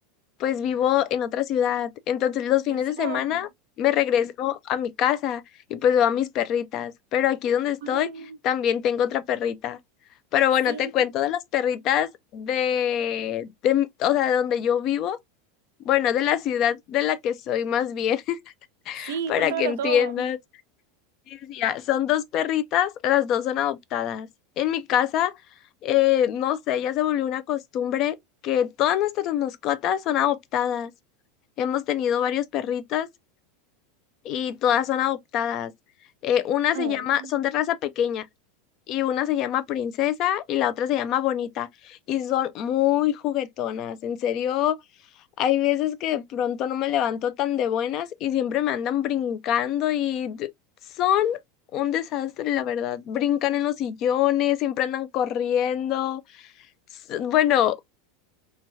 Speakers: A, on the left; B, on the right.
A: pues vivo en otra ciudad. Entonces los
B: ¿Verdad?
A: fines de semana
B: Ah,
A: me regreso a mi casa y pues veo a mis perritas. Pero aquí donde estoy
B: Ah,
A: también tengo otra perrita. Pero bueno,
B: sí,
A: te cuento de las perritas de, de, o sea, de donde yo vivo. Bueno, de la ciudad de la que soy más bien, <laughs>
B: sí,
A: para
B: cuéntamelo
A: que entiendas.
B: todo.
A: Sí, sí, ya, Son dos perritas, las dos son adoptadas. En mi casa, eh, no sé, ya se volvió una costumbre que todas nuestras mascotas son adoptadas. Hemos tenido varios perritas y todas son adoptadas. Eh, una se
B: Oh,
A: llama, son de raza pequeña y una se llama Princesa y la otra se llama Bonita y son muy juguetonas. En serio, hay veces que de pronto no me levanto tan de buenas y siempre me andan brincando y d- son un desastre, la verdad. Brincan en los sillones, siempre andan corriendo. S- Bueno,